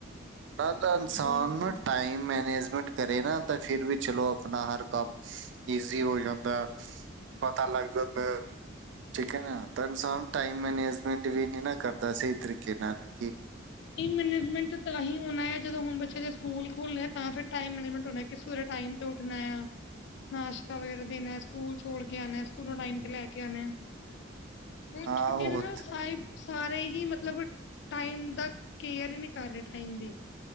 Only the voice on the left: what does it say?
ਬਿਲਕੁਲ
ਟਾਈਮ ਮੈਨੇਜਮੈਂਟ ਤਾਂ ਹੀ ਹੋਨਾ ਏ ਜਦੋਂ ਹੁਣ ਬੱਚੇ ਦੇ ਸਕੂਲ ਖੁੱਲ੍ਹਣੇ ਆ ਤਾਂ ਫਿਰ ਟਾਈਮ ਮੈਨੇਜਮੈਂਟ ਕਿ ਸਵੇਰੇ ਟਾਈਮ ਤੋਂ ਉੱਠਣਾ ਆ ਨਾਸ਼ਤਾ ਵਗੈਰਾ ਦੇਨਾ ਏ ਸਕੂਲ ਛੋੜ ਕੇ ਆਨਾ ਸਕੂਲ ਟਾਈਮ ਤੇ ਲੈ ਕੇ ਆਨਾ ਏ ਹੁਨ
ਛੁੱਟੀਆਂ
ਨੇ ਨਾ ਸਾਰੇ ਸਾਰੇ ਹੀ ਮਤਲਬ ਟਾਈਮ ਦਾ ਕੇਅਰ ਈ ਨੀ ਕਰ ਰਹੇ ਟਾਈਮ ਦੀ